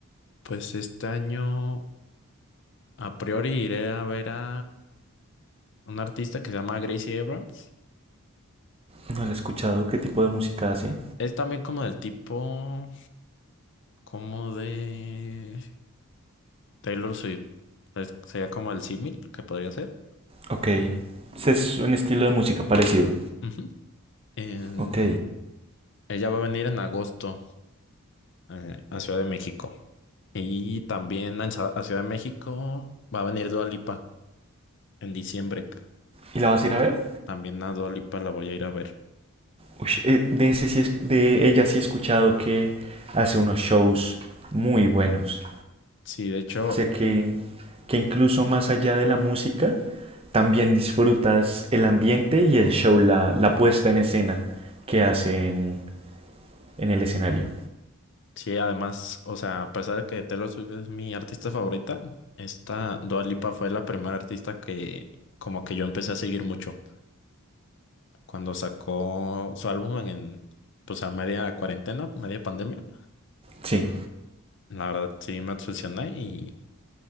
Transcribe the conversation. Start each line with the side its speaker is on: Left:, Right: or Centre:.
Left: pues este año, a priori iré a ver a un artista que se llama Gracie Abrams.
Right: No la he escuchado. ¿Qué tipo de música hace?
Left: Es también como del tipo, como de Taylor Swift. Es- sería como el símil que podría ser.
Right: Ok. Es un estilo de música parecido.
Left: Ujú. En-
Right: Ok.
Left: ella va a venir en agosto eh, a Ciudad de México. Y también en Sa- a Ciudad de México va a venir Dua Lipa en diciembre.
Right: ¿Y la vas a ir a ver?
Left: También a Dua Lipa la voy a ir a ver.
Right: Uy, eh, de, ese sí es- de ella sí he escuchado que hace unos shows muy buenos.
Left: Sí, de hecho,
Right: Sé que, que incluso más allá de la música, también disfrutas el ambiente y el show, la, la puesta en escena que
Left: ujú.
Right: hacen en el escenario.
Left: Sí, además, o sea, a pesar de que Taylor Swift es mi artista favorita, esta Dua Lipa fue la primera artista que como que yo empecé a seguir mucho. Cuando sacó su álbum en, pues a media cuarentena, media pandemia,
Right: Sí.
Left: la verdad sí me obsesioné y